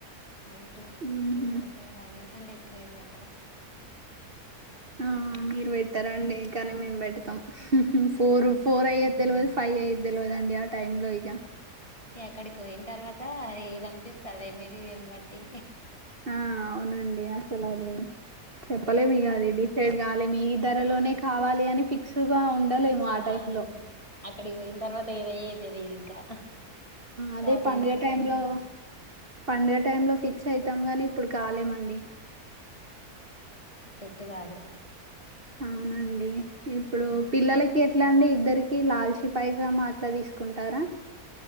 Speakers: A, on the left; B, on the right.
A: మరి టూ
B: మ్మ్.
A: టూ టూ థౌజండ్ కంటే ఎక్కువేమి పెట్టాం
B: ఆ
A: అంతే
B: మీరు పెట్టారండి కానీ మేం పెడతాం ఫోర్ ఫోర్ అయ్యే తెలియదు ఫైవ్ అయిదు తెలియధండి ఆ టైమ్ లో ఇగా
A: ఆక్కడికి పోయిన తర్వాత ఏది అనిపిస్తే అదే మెటీరియల్ బట్టి
B: ఆ అవునండి అసలు అది చెప్పలేము ఇగ అది డిసైడ్ కాలేము ఈ ధరలోనే కావాలి అని ఫిక్స్ గా ఉండలేము
A: ఫిక్స్
B: ఆ
A: కాలేము
B: టైం లో
A: అక్కడికి పోయిన తర్వాత ఏదయ్యే తెలిదు ఇంకా షాపింగ్
B: అదే పండుగ
A: మాల్
B: టైమ్
A: కి పోయి
B: లో పండుగ టైం లో ఫిక్స్ అయతాం కానీ ఇప్పుడు కాలేమండి
A: సేట్టు కాదు
B: అవునండి ఇప్పుడు
A: అక్కడికి పోయి
B: పిల్లలకి ఎట్లా అండి ఇద్దరికి లాల్చి పైజామా అట్లా తీసుకుంటారా